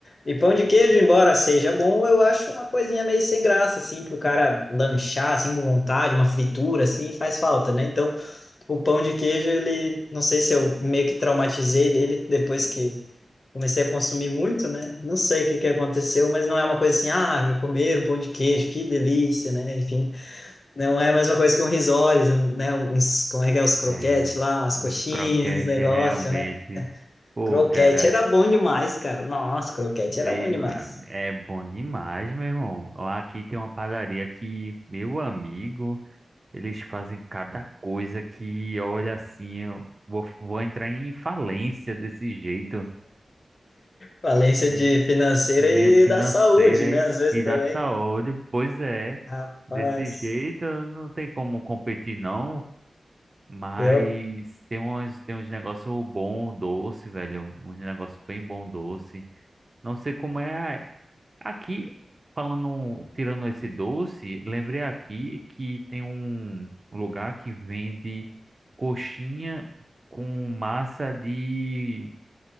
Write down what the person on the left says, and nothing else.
E pão de queijo, embora seja bom, eu acho uma coisinha meio sem graça, assim, pro cara lanchar, assim, com vontade, uma fritura, assim, faz falta, né? Então, o pão de queijo, ele, não sei se eu meio que traumatizei dele depois que comecei a consumir muito, né? Não sei o que que aconteceu, mas não é uma coisa assim, ah, vou comer um pão de queijo, que delícia, né? Enfim, não é a mesma coisa que um risoles, um, né? Uns, como é que é, os croquetes
lá, umas
coxinhas,
<laughs> negócio,
né?
Croquete
era bom demais, cara. Nossa, croquete
era bom demais.
Valência
de financeira
e
da saúde, né?
Às vezes
também,
rapaz.
Eu,